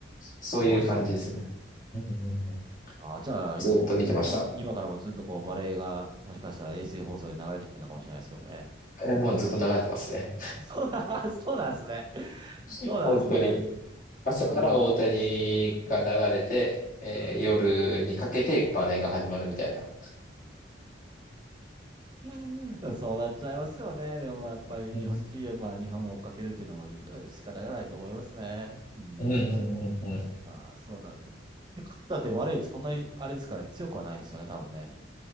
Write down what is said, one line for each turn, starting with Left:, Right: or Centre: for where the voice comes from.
Left: そういう感じですね。
Right: すごいですね。
Left: うんうんうん
Right: あ、じゃあ今も、
Left: ずっと見てました。
Right: い今、今からもずっとこうバレエがもしかしたら衛星放送で流れてきてるのかもしれないですけどもね。
Left: えーもうずっと流れてますね。
Right: <laughs> そうな、<laughs> そうなんですね。
Left: <laughs>
Right: そうなんですね。
Left: 本当に。朝から大谷が流れて、
Right: あー、
Left: えー夜にかけてバレエが始まるみたいな。
Right: うん。<laughs> そうなっちゃいますよね。でもやっぱり日本人はまあ日本を追っかけるっていうのもえー仕方がないと思いますね。
Left: うん
Right: うん。
Left: うんうんうんうん
Right: ああ、そうなんですね。で、勝田ってバレーってそんなに、あれですかね、強くはないんですよね、多分ね。